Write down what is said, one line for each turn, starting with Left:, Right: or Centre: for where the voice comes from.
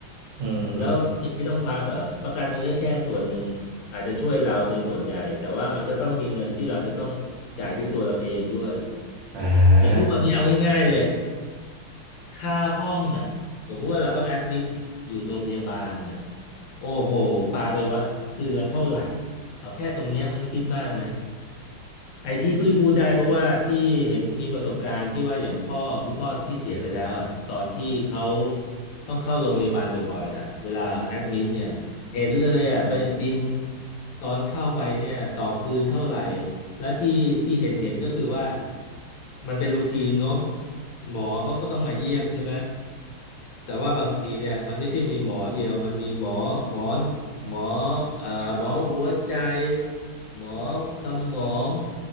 Right: อืมอืม
Left: แล้วฮิมไม่ต้องควักเหรอประกันมันก็แค่ส่วนหนึ่งอาจจะช่วยเราในส่วนใหญ่แต่ว่ามันก็ต้องมีเงินที่เราจะต้องจ่ายด้วยตัวเราเองด้วย
Right: อ่า
Left: อย่างทุกวันนี้เอาง่ายๆเลย ค่าห้องอ่ะสมมุติว่าเราต้องแอดมิดอยู่โรงพยาบาลเนี่ยโอ้โหปาไปว่าคืนละเท่าไหร่เอาแค่ตรงเนี้ยไม่ต้องคิดมากนะไอ้ที่พี่พูดได้เพราะว่าพี่เห็นมีประสบการณ์ที่ว่าอย่างพ่อคุณพ่อที่เสียไปแล้วอ่ะตอนที่เขาต้องเข้าโรงพยาบาลบ่อยๆอ่ะเวลาแอดมิดเนี่ยเห็นเลยอ่ะบบินตอนเข้าไปเนี่ยต่อคืนเท่าไหร่และที่ที่เห็นเห็นก็คือว่ามันเป็นรูทีนเนอะหมอเขาก็ต้องมาเยี่ยมใช่ไหม แต่ว่าบางทีเนี่ยมันไม่ใช่มีหมอเดียวมันมีหมอหมอหมอเอ่อหมอหัวใจหมอสมอง